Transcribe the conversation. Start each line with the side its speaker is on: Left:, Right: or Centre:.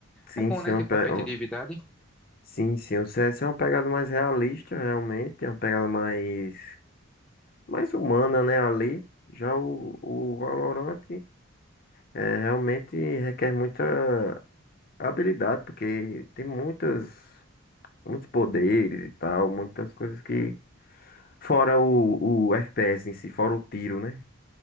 Left: Sim,
Centre: É bom,
Left: sim,
Centre: né?
Left: é
Centre: Ter
Left: um pe-
Centre: competitividade.
Left: um- sim, sim. O CS é uma pegada mais realista, realmente, é uma pegada mais mais humana, né, ali. Já o, o Valorant é, realmente requer muita habilidade, porque tem muitas muitos poderes e tal, muitas coisas que fora o, o FPS em si, fora o tiro, né?